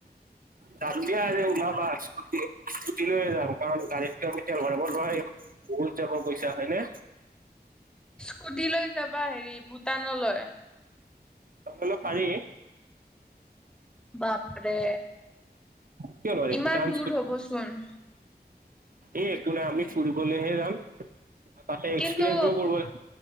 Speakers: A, on the right; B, in the centre.
A: যাম দিয়া আজ ওলাবা্ুট স্কুটি লৈে যাম কাৰণ গাড়ীতটোোমি বহুত যাব পইচা হয়নেে
B: স্কুট লৈ যাবা হেৰি ভূটানলৈ
A: তল পাল
B: বাপৰে
A: কিয় নোৱাৰি
B: ইমান
A: ভূটান
B: দূৰ
A: স্কুট
B: হবচোন
A: এই একো নাই আি চুৰিবহে যাম তাতে এক্সপিৰিয়েঞ্চবোৰ
B: কিন্তু
A: কৰিব